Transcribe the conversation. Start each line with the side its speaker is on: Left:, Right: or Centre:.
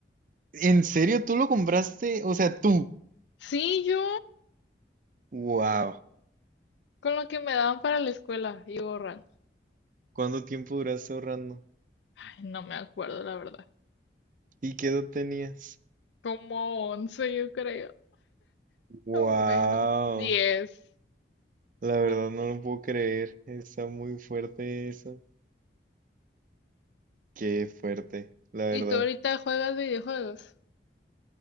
Right: ¿en serio tú lo compraste? O sea, tú.
Left: Sí, yo.
Right: Wow.
Left: Con lo que me daban para la escuela y borran.
Right: ¿Cuánto tiempo duraste ahorrando?
Left: Ay, no me acuerdo, la verdad.
Right: ¿Y qué edad tenías?
Left: Como 11 yo creo.
Right: Wow.
Left: O menos. diez.
Right: La verdad no lo puedo creer. Está muy fuerte eso. Qué fuerte, la verdad.
Left: ¿Y tú ahorita juegas videojuegos?